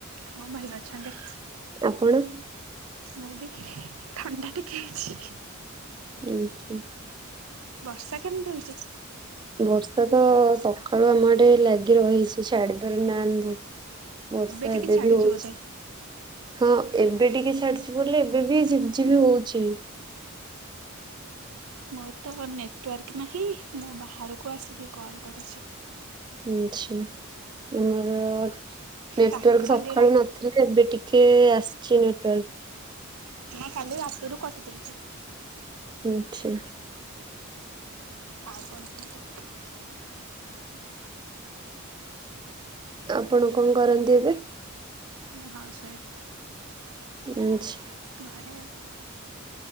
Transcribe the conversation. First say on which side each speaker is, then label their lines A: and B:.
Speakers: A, on the right; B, on the right.
A: ହଁ ଭାଲ ଅଛନ୍ତି।
B: ଆପଣ?
A: ମୁଁ ବି ଥଣ୍ଡା ଟିକେ ହେଇଛି।
B: ଆଛା।
A: ବର୍ଷା କେମିତି ହୋଉଚି?
B: ବର୍ଷା ତ ସକାଳୁ ଆମ ଏଇଠି ଲାଗି ରହିଛି ଛାଡିବାର ନାହାନ୍ତି। ବର୍ଷା
A: ଟିକେ
B: ଏବେ
A: ଛାଡିଛି
B: ବି ହଉଛି।
A: ବୋଧେ।
B: ହଁ ଏବେ ଟିକେ ଛାଡଚି ବୋଲି ଏବେ ବି ଝିପ୍ ଝିପ୍ ହଉଚି।
A: ମୋର ତ ନେଟୱାର୍କ ନାହିଁ ମୁଁ ବାହାରକୁ ଆସିକି କଲ୍ କରୁଚି।
B: ଆଛା ଆମର ନେଟୱାର୍କ
A: ରା କାଲି
B: ସକାଳୁ
A: ରାତି
B: ନଥ ଯେ ଏବେ ଟିକେ ଆସିଚି ନେଟୱର୍କ।
A: ହଁ କାଲି ରାତିରୁ କଟି ଯାଇଚି।
B: ଆଛା।
A: ଆଉ କଣ କୁହନ୍ତୁ।
B: ଆପଣ କଣ କରନ୍ତି ଏବେ?
A: ମୁଁ ହାଉସ ୱାଇଫ ପା।
B: ଆଛା।
A: ଘରେ ଆ।